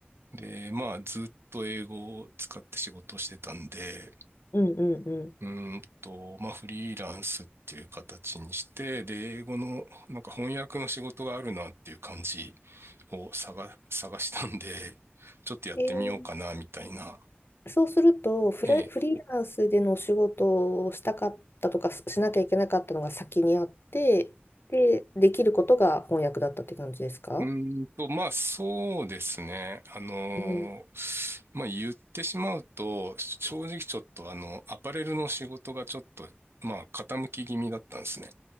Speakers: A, on the right; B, on the left.
A: で、まあずっと英語を使って仕事をしてたんで、
B: うんうんうん。
A: うーんと、まあフリーランスっていう形にして、で、英語のなんか翻訳の仕事があるなっていう感じを探、探したんで、ちょっとやってみようかなみたいな、
B: えー、そうするとフレ、
A: ええ
B: フリーランスでのお仕事をしたかったとかししなきゃいけなかったのが先にあって、で、できることが翻訳だったって感じですか
A: うーんと、まあそうですね。あのーまあ言ってしまうと、
B: うん。
A: 正直ちょっとあの、アパレルの仕事がちょっと、まあ傾き気味だったんですね。